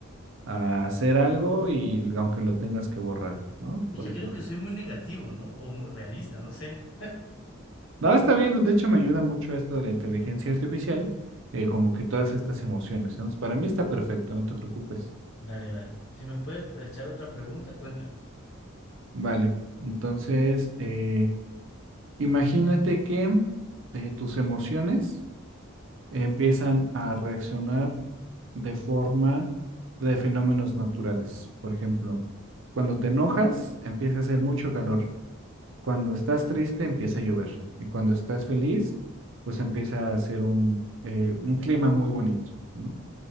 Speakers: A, on the right; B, on the left.
A: a hacer algo y aunque lo tengas que borrar, ¿no?
B: Oye,
A: Por
B: creo
A: ejemplo.
B: que soy muy negativo, ¿no? O muy realista, no sé.
A: No, está bien, de hecho me ayuda mucho esto de la inteligencia artificial, eh, como que todas estas emociones, ¿no? Para mí está perfecto, no te preocupes.
B: Dale, dale. Si me puedes echar otra pregunta, cuéntame.
A: Vale, entonces, eh, imagínate que eh, tus emociones empiezan a reaccionar de forma de fenómenos naturales. Por ejemplo, cuando te enojas, empieza a hacer mucho calor. Cuando estás triste, empieza a llover. Y cuando estás feliz, pues empieza a ser un, eh, un clima muy bonito, ¿no?